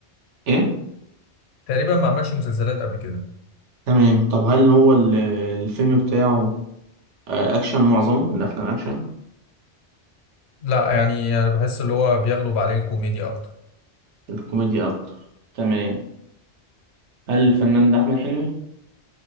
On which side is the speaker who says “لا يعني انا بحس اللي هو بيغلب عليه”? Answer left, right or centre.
Left